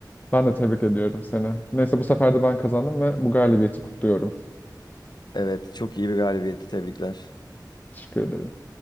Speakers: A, on the left (about 25°); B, on the left (about 65°).
A: Ben de tebrik ediyorum seni. Neyse bu sefer de ben kazandım ve bu galibiyeti kutluyorum.
B: Evet, çok iyi bir galibiyeti. Tebrikler.
A: Teşekkür ederim.